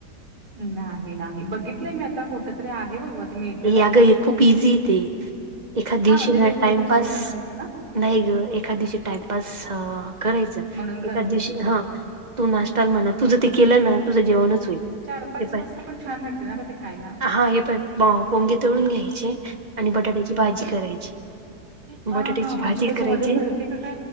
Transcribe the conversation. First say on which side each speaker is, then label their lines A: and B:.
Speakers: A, on the right; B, on the right.
A: नाही नाही बघितलंय मी आता कुठ तरी आहे बाबा <unintelligible>
B: हे
A: वाटतं.
B: अगं खूप इझी य ते एखाद्या
A: हां
B: दिवशी
A: म्हणजे
B: ना
A: ते काहीतरी
B: टाइमपास
A: चुरा
B: <unintelligible>
A: करायचा का?
B: नाही ग एखा दिवशी टाइमपास करायचं
A: म्हणून करून
B: एखा दिवशी
A: शकतो.
B: हा <unintelligible> तू नाश्ताल म्हणा तुझं ते केलं ना तुझं जेवणच होईल. <unintelligible>
A: चार पाच
B: हे पाय
A: वाजता पण छान वाटत ना ग ते खायला.
B: हा हे पाय
A: <unintelligible>
B: पोंगे तळून घ्यायचे आणि बटाट्याची भाजी करायची. <unintelligible>
A: ह
B: बटाट्याची
A: हा म्हणजे
B: भाजी
A: त्याच्यामध्ये
B: करायची
A: भरती का काय. <unintelligible>